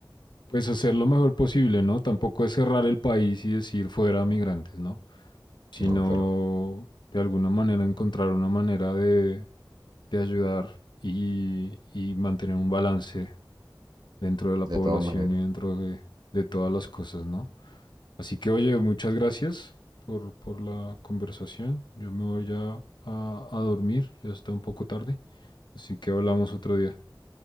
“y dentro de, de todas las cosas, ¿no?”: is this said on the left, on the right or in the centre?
Left